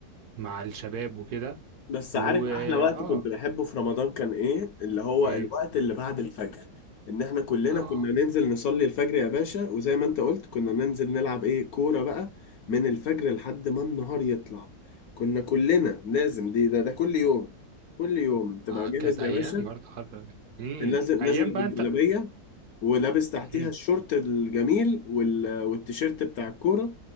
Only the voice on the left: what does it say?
بس
عارف
احلى وقت كنت بحبه في رمضان كان ايه اللي هو
الوقت اللي بعد الفجر ان احنا كلنا
كنا ننزل نصلي الفجر يا باشا وزي ما انت قلت كنا ننزل نلعب ايه كورة بقى من الفجر لحد ما النهار يطلع كنا كلنا لازم دي ده ده كل يوم كل يوم تبقى
جاهز
يا باشا
لازم
نازل
بالجلابية ولابس تحتيها
الشورت الجميل وال... والتيشيرت بتاع الكورة